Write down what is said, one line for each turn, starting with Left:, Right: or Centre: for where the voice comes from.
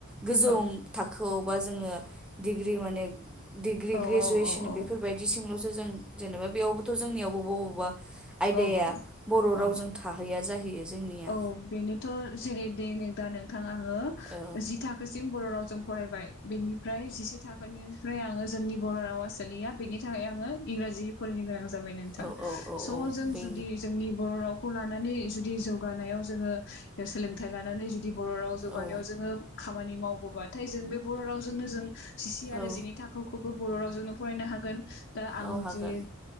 Centre: गोजौ
Left: औ
Centre: थाखोआव बा जोङो माने
Left: औ
Centre: ग्रेजुवेसन
Left: औ औ
Centre: बेफोरबायदि थिंल'सो जों जेनेबा बेयावबोथ' जोंनिया बबा बबा आयदाया
Left: औ
Centre: बर'
Left: औ
Centre: रावजों थाहैया जाहैयो। जोंनिया
Left: औ बेनोथ' जेरै दा नोंथां आङो
Centre: औ
Left: जि थाखो सिम बर' रावजों फरायबाय बेनिफ्राय जिसे थाखोनिफ्राय आङो जोंनि बर' रावा सोलिया बेनि थाखाय आङो इंराजि फरायनो गोनां जाबाय नोंथां
Centre: औ
Left: स'
Centre: औ औ औ
Left: जों
Centre: बे
Left: जुदि जोंनि बर' रावखौ लानानै जुदि जौ जौगानायाव जोङो सोलोंथाइ लानानै जुदि बर' राव जौगानायाव
Centre: औ
Left: जोङो खामानि मावबोबाथाय जो बे बर' रावजोंनो जों जिसे आरो
Centre: औ
Left: जिनै थाखोखौबो बर' रावजोंनो फरायनो हागोन दा आं
Centre: औ हागोन
Left: जे